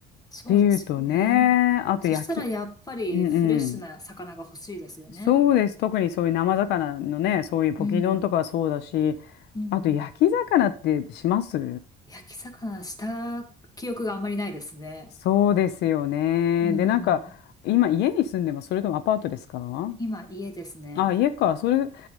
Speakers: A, on the left; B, on the left.
A: そうですよね。
B: っていうとね、あと焼き、
A: そしたらやっぱりフレッシュな魚が欲しいですよね。
B: うんうん。そうです。特にそういう生魚のね、そういうポキ丼とかはそうだし、
A: うん。うん。
B: あと焼き魚ってします
A: うん。焼き魚した記憶があんまりないですね。
B: そうですよね。
A: うん。
B: で、なんか、今家に住んでますそれともアパートですか
A: 今、家ですね。
B: あ、家か。それ、だ